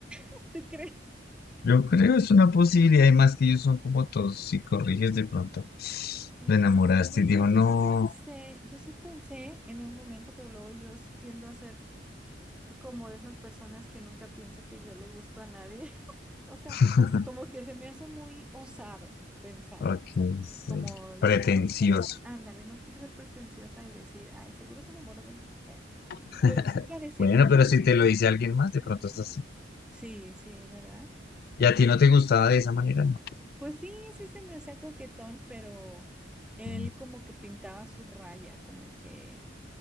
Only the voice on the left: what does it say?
Yo creo es una posibilidad, y más que ellos son como todos, si corriges de pronto,
lo enamoraste
y dijo,
no.
<laughs>
Ok, sí.
Pretencioso.
<laughs>
Bueno,
pero si te lo dice alguien más, de pronto estás... así.
Y a ti
no te gustaba de esa manera, ¿no?
Mm,